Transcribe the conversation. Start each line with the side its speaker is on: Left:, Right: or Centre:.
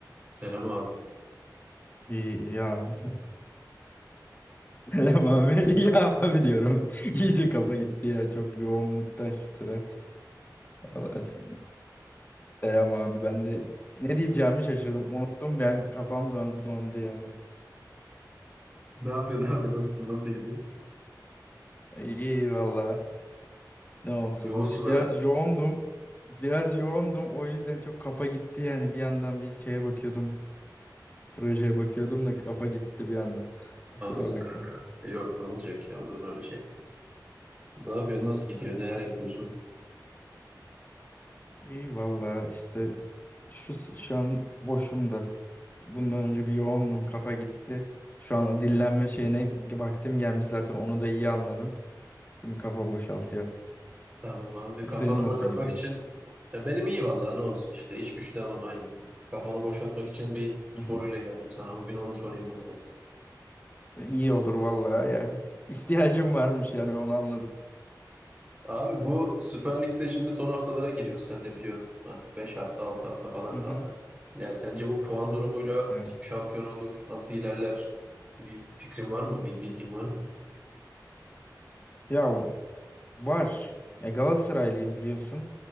Right: Selam abi.
Left: İyi, iyi abi. <laughs> Selam abi. İyi abi diyorum. <laughs> İyice kafa gitti ya çok yoğunluktan şu sıra. Vallahi se- selam abi. Ben de ne diyeceğimi şaşırdım. Unuttum ben kafam don dondu yani.
Right: Ne yapıyorsun abi? Nasılsın? Nasıl gidiyor?
Left: İyi valla. Ne olsun.
Right: Yoğunsun
Left: İşte Biraz
Right: herhalde.
Left: yoğundum. Biraz yoğundum. O yüzden çok kafa gitti yani. Bir yandan bir şeye bakıyordum. Projeye bakıyordum da kafa gitti bir anda. Kusura
Right: Olsun
Left: bakma.
Right: kanka. Yok ne olacak ya olur mu öyle şey? Ne yapıyorsun? Nasıl gidiyor? Neler yapıyorsun?
Left: İyi valla işte şu s- şu an boşum da. Bundan önce bir yoğundum kafa gitti. Şu an dinlenme şeyine vaktim gelmiş zaten onu da iyi anladım. Şimdi kafa boşaltıyor.
Right: Tamam abi. Kafanı
Left: Senin nasıl
Right: boşaltmak
Left: gidiyor?
Right: için ya benim iyi vallahi ne olsun işte iş güç devam aynı. Kafanı boşaltmak için bir soruyla
Left: <laughs> Hı hı.
Right: geldim sana. Bugün onu sorayım o zaman.
Left: İyi olur vallahi ya. İhtiyacım varmış yani onu anladım.
Right: Abi bu Süper Lig'de şimdi son haftalara giriyor. Sen de biliyorsun. Artık 5 hafta 6 hafta falan
Left: Hı
Right: kaldı.
Left: hı.
Right: Yani sence bu puan durumuyla
Left: Evet.
Right: kim şampiyon olur? Nasıl ilerler? Bir fikrin var mı? Bir bilgin var mı?
Left: Ya var. Ya Galatasaraylıyım biliyorsun.